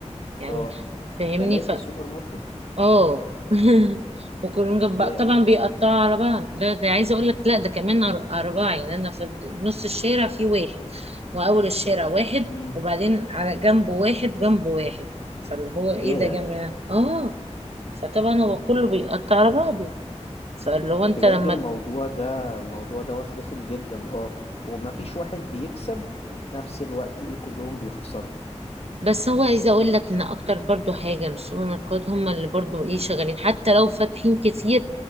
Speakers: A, on the right; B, on the left.
A: يعني
B: اه
A: فاهمني
B: تلاتة سوبر ماركت
A: اه <laughs> وكلهم جنب
B: ياه
A: بعض طبعا بيقطعوا على بعض ده ده عايزه اقول لك لا ده كمان أر- اربعه يعني انا في نص الشارع في واحد واول الشارع واحد
B: امم
A: وبعدين على جنبه واحد وجنبه واحد فاللي هو ايه
B: ياه
A: ده يا جماعه اه فطبعا هو كله بيقطع على بعضه فاللي هو انت
B: بجد
A: لما
B: الموضوع ده الموضوع دوت رخم جدا اه ومفيش واحد بيكسب وفي نفس الوقت ايه كلهم بيخسروا
A: بس هو عايزه اقول لك ان اكتر برضو حاجه إن السوبر ماركت هم اللي برضو
B: <clears throat>
A: ايه شغالين حتى لو فاتحين كتير